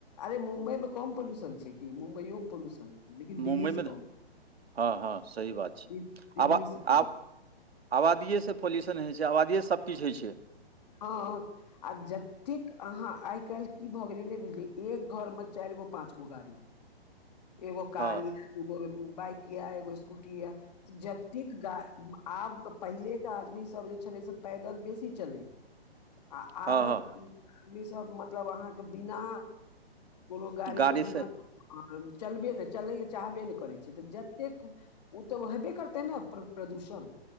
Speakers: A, on the left; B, on the right.
A: अरे मुम्बई में कम पॉल्यूशन छैय कि मुम्बइयो मे पोल्यूशन छै लेकिन
B: मुम्बइमे
A: दिल्ली से
B: तऽ
A: कम
B: हँ हँ सही बात छै
A: दि- दिल्ली
B: आब
A: से कम
B: आब आबादिएसँ पॉल्यूशन होय छैय आबादिएसँ सभकिछु होय छैय
A: हाप आ जतेक अहाँ आय काल्हि की भऽ गेलै ने बुझलिय एक घर मे चारि गो पांच गो गाड़ी एगो कार
B: हँ
A: यऽ दू गो बाइक य एगो स्कूटी यऽ ऽ जतेक गा आब पहिलेके आदमीसभ जे छलै से पैदल बेसी चलै
B: <unintelligible>
A: आ आबक
B: हँ
A: ई सब मतलब अहाँके बिना कोनो गाड़ीके
B: गाड़ीसँ
A: बिना चलबे ने चलय लए चाहबे ने करै छै तऽ जतेक ओ तऽ हेबे करतेै न प्र प्रदूषण